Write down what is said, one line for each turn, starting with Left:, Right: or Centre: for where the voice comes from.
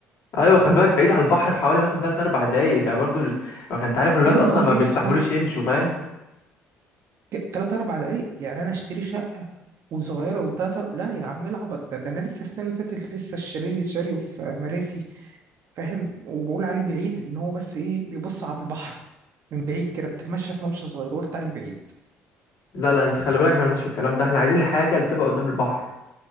Left: ايوه خلي بالك بعيد على البحر بحوالي مثلا 3 4 دقايق ده برضه ال- ما كنت عارف الولاد
Right: يا
Left: اصلا
Right: نهار
Left: ما بيستحملوش
Right: اسود
Left: يمشوا فاهم
Right: ك- تلات اربع دقايق يعني انا اشتري شقة وصغيرة وتلات أر... لا يا عم ايه العبط ده ده انا لسه السنة اللي فاتت لسه الشاليه اللي شاريه في مراسي فاهم وبقول عليه بعيد ان هو بس ايه بيبص على البحر من بعيد كده بتتمشى في ممشى صغير وقلت عليه بعيد
Left: لا لا انت خلي بالك احنا مالناش في الكلام ده احنا عايزين الحاجه اللي تبقى قدام البحر